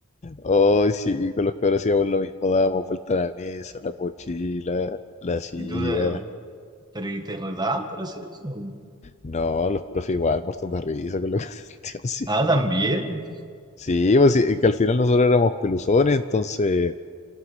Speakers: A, on the left (about 30°); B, on the right (about 20°).
A: Oh, sí, con los que hacíamos lo mismo, dábamos vuelta a la mesa, la mochila, la silla.
B: Y tú, eh, pero ¿y te redaban por hacer eso?
A: No, los profes igual, muertos de risa con lo que <laughs> así.
B: Ah,
A: Sí,
B: también.
A: sí pues sí, que al final nosotros éramos peluzones, entonces